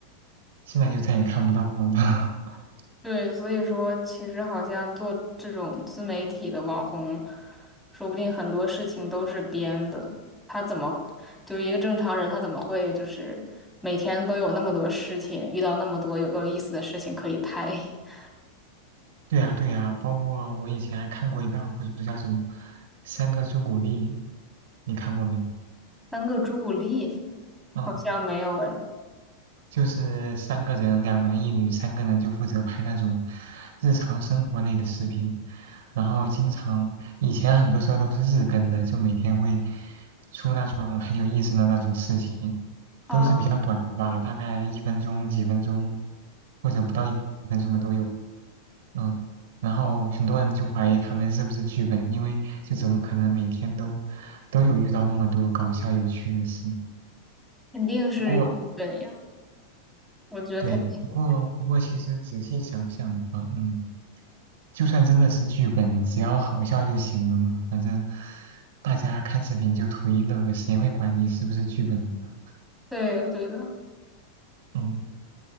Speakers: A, on the right; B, in the centre.
A: 现在就再也看不到了。<laughs>
B: 对，所以说其实好像做这种自媒体的网红，说不定很多事情都是编的。他怎么就是一个正常人，他怎么会就是每天都有那么多事情，遇到那么多有有意思的事情可以拍？<laughs>
A: 对呀，对呀，包括我以前还看过一个 UP 主叫什么“三个朱古力”，你看过没？
B: 三个朱古力
A: 嗯，
B: 好像没有哎，
A: 就是三个人，两男一女，三个人就负责拍那种日常生活类的视频，然后经常以前很多时候都是日更的，就每天会出那种很有意思的那种事情，
B: 啊，
A: 都是比较短的吧，大概一分钟、几分钟，或者不到一分钟的都有。嗯，然后很多人就怀疑他们是不是剧本，因为就怎么可能每天都都有遇到那么多搞笑有趣的事？
B: 肯定是本呀，
A: 不过，
B: 我觉得肯定
A: 对，不过不过，其实仔细想想吧，嗯，就算真的是剧本，只要好笑就行了嘛，反正大家看视频就图一乐，谁会管你是不是剧本呢？
B: 对的对的。
A: 嗯，